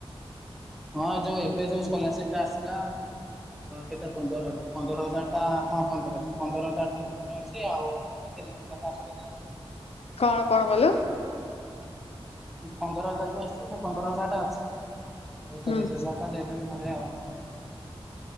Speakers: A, in the centre; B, on the left.
A: ହଁ ଯୋଉ ଏବେ ଯୋଉ ସ୍କଲାରସିପ ଟା ଆସିଲା କେତେ ପନ୍ଦର ହଜାର, ପନ୍ଦର ହଜାର ଟା ହଁ ପନ୍ଦର ହଜାର ପନ୍ଦର ହଜାର ଟା ମ କତିରେ ଅଛି ଆଉ ଏଇ ତିରିଶି ହଜାର ଟା ଆସିଲେ ଦେଇ ଦେବି।
B: କଣ କଣ କଲୁ?
A: ପନ୍ଦର ହଜାର ଯୋଉ ଆସଛି ସେ ପନ୍ଦର ହଜାର ଟା ଅଛି। ଆଉ
B: ହୁଁ
A: ତିରିଶ ହଜାର ଟା ଦେଇଦେବି ଘରେ ଆଉ।